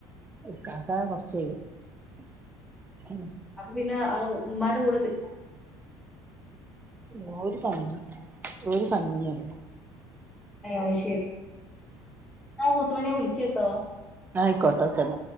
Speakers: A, on the right; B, in the centre.
A: ഇക്കാക്ക കൊറച്ചയ്യും
B: പിന്നെആ ഉമ്മാന്റെ കൂടേത്
A: ഉം ഒരു തണ <unintelligible> ഒരു സമിയാണ്
B: ഏ അയ് ശരി ന്നാ മുത്തുമണി വിളിക് കേട്ടോ
A: ന്നാ ആയിക്കോട്ടോ സരി